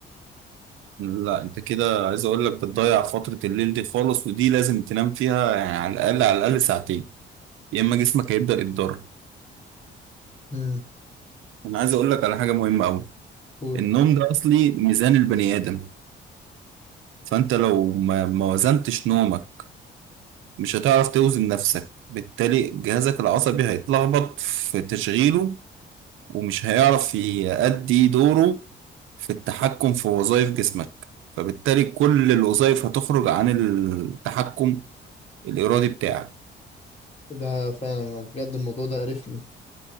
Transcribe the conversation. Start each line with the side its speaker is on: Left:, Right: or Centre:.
Right: لا انت كده عايز اقول لك بتضيع فترة الليل دي خالص ودي لازم تنام فيها يعني على الاقل على الاقل ساعتين يا اما جسمك هيبدأ يتضرر
Left: امم
Right: انا عايز اقول لك على حاجة مهمة قوي
Left: قول
Right: النوم ده اصلي ميزان البني ادم فانت لو ما ما وزنتش نومك مش هتعرف توزن نفسك بالتالي جهازك العصبي هيتلخبط في تشغيله ومش هيعرف يأدي دوره في التحكم في وظائف جسمك فبالتالي كل الوظائف هتخرج عن التحكم الإرادي بتاعك
Left: ده فعلا بجد الموضوع ده قرفني